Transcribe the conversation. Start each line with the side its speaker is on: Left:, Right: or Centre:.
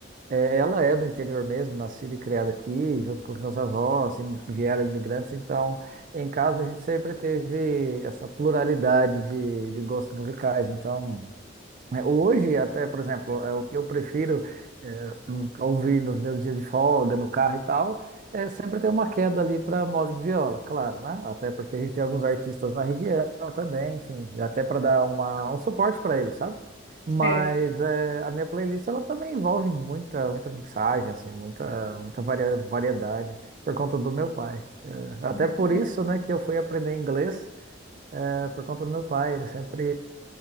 Right: eh, ela é do interior mesmo, nascida e criada aqui, junto com os meus avós, im- que vieram imigrantes, então em casa a gente sempre teve essa pluralidade de, de gostos musicais, então... É, Hoje, até, por exemplo, é, o que eu prefiro é, hum, ouvir nos meus dias de folga, no carro e tal, é sempre ter uma queda ali para moda de viola, claro, né? Até porque a gente tem alguns artistas na região também, enfim, até para dar uma, um suporte para eles, sabe? Mas
Left: É, que
Right: é, a minha playlist ela também envolve muita, muita mixagem, assim, muita, muita varia- variedade por conta do meu pai. Até
Left: bacana,
Right: por isso, né, que eu fui aprender inglês é, por conta do meu pai, ele sempre